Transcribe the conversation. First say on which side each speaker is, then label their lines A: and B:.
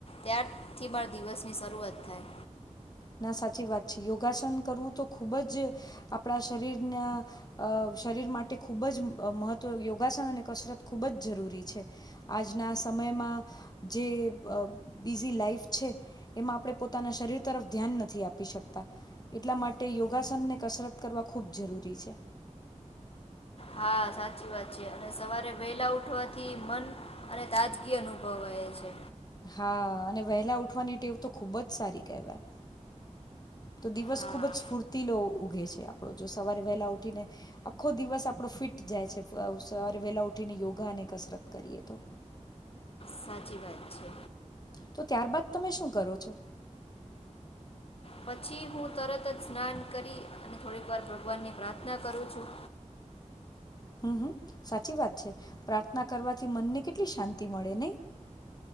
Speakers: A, on the left; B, on the left.
A: ત્યારથી મારા દિવસની શરૂઆત થાય.
B: ના સાચી વાત છે. યોગાસન કરવું તો ખૂબ જ આપણા શરીરના અ શરીર માટે ખૂબ જ મહત્ત્વ યોગાસન અને કસરત ખૂબ જ જરૂરી છે આજના સમયમાં જે અ બીઝી લાાઈફ છે એમાં આપણે પોતાના શરીર તરફ ધ્યાન નથી આપી શકતા એટલા માટે યોગાસનને કસરત કરવા ખૂબ જરૂરી છે.
A: હા સાચી વાત છે અને સવારે વેલા ઉઠવાથી મન અને તાજગી અનુભવાય છે.
B: હા અને વહેલા ઉઠવાની ટેવ તો ખૂબ જ સારી કહેવાય તો દિવસ
A: હા
B: ખુબ જ સ્ફૂર્તીલો ઉઘે છે આપણો જો સવારે વહેલા ઉઠીને આખો દિવસ આપણો ફિટ જાય છે સવારે વહેલા ઉઠીને યોગા અને કસરત કરીએ તો.
A: સાચી વાત છે.
B: તો ત્યારબાદ તમે શું કરો છો?
A: પછી હું તરત જ સ્નાન કરી અને થોડીક વાર ભગવાનની પ્રાર્થના કરું છું.
B: હમ હમ સાચી વાત છે પ્રાર્થના કરવાથી મનને કેટલી શાંતિ મળે નઈ.